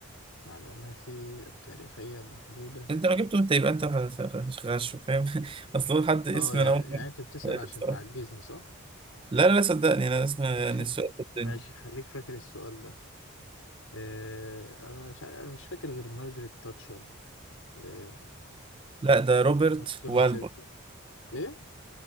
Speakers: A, on the left (about 80°); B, on the right (about 25°).
A: معلوماتي التاريخية المحدودة
B: انت لو جبته انت يبقى انت غش- غش- غش، فاهم <laughs> اصل هو حد اسم
A: اه يعني
B: انا اول
A: يعني انت بتسأل
B: مرة
A: عشان
B: بصراحة.
A: تعجزني صح؟
B: لا لا لا صدقني انا اسم يعني
A: <laughs>
B: السؤال صدقني
A: ماشي خليك فاكر السؤال ده آه، انا مش عارف- أنا مش فاكر غير مارجريت تاتشر آه،
B: لا ده روبرت
A: وينستون
B: والبول
A: تشرشل ايه